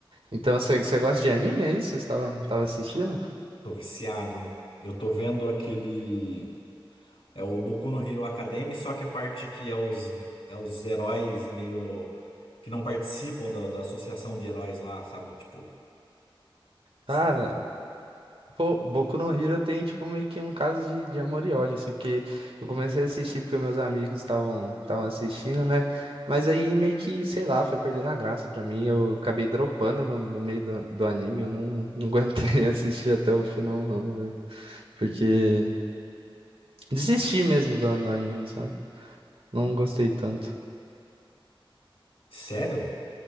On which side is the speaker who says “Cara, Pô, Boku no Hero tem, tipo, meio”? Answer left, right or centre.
Right